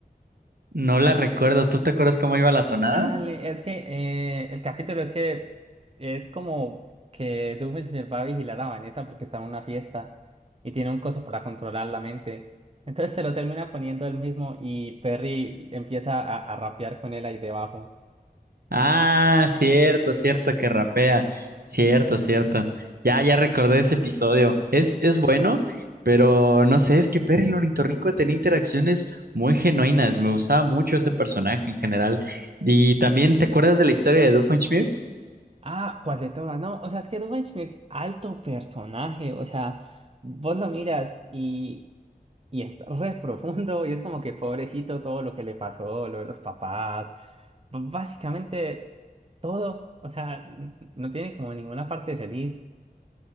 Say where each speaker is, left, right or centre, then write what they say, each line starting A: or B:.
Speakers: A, on the right; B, on the right.
A: No la recuerdo. ¿Tú te acuerdas cómo iba la tonada?
B: Dale, es que eh, el capítulo es que es como que Doofenshmirtz va a vigilar a Vanessa porque está en una fiesta y tiene un coso para controlar la mente. Entonces se lo termina poniendo él mismo y Perry empieza a, a rapear con él ahí debajo.
A: Ah, cierto, cierto, que rapea. Cierto, cierto. Ya, ya recordé ese episodio. Es, es bueno, pero no sé, es que Perry el Ornitorrinco tenía interacciones muy genuinas. Me gustaba mucho ese personaje en general. Y también, ¿te acuerdas de la historia de Doofenshmirtz?
B: Ah, ¿cuál de todas? No, o sea, es que Ruben Schmidt, alto personaje, o sea, vos lo miras y, y es re profundo y es como que pobrecito todo lo que le pasó, lo de los papás, b- básicamente todo, o sea, n- no tiene como ninguna parte feliz.